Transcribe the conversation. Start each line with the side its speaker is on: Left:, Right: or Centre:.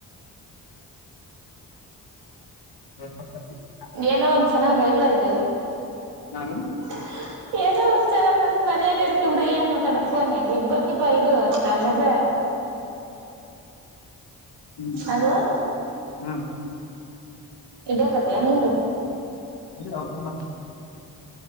Left: <unintelligible>
Right: ಏನೋ ಒಂದ ಚೆನ್ನಾಗ ಇಲ್ಲ ಇದ
Left: ಹಾ
Right: <inaudible> ಏನೋ ಒಂದ್ಸರ ಮನ್ಯಾಗ ಇರ್ತಿ ಬಿಡು ಏನ್ ಮಾತಾಡ ಕೊನ್ಯಾಗ ಈಗ ಬರ್ತಿ ಬಾ ಇಡು ಅಂತ ಅನ್ನದ.
Left: ಹ್ಮ.
Right: ಅಲ್ವಾ
Left: ಹ್ಮ.
Right: ಇಡಕತಿಯಾ ನೀರು.
Left: <unintelligible>